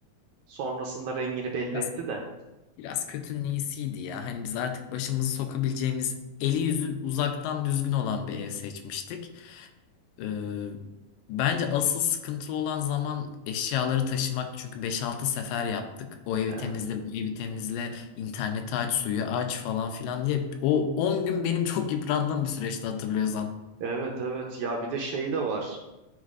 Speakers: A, on the right; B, on the left.
A: sonrasında rengini belli
B: Ya
A: etti de.
B: Biraz kötünün iyisiydi ya. Hani biz artık başımızı sokabileceğimiz eli yüzü uzaktan düzgün olan bir ev seçmiştik. Ee, bence asıl sıkıntılı olan zaman eşyaları taşımak. Çünkü beş altı sefer yaptık. O evi
A: <laughs>
B: temizle, bu evi temizle, interneti aç, suyu aç falan filan diye. O 10 gün benim çok yıprandığım bir süreçti hatırlıyorsan.
A: Evet evet ya bir de şey de var.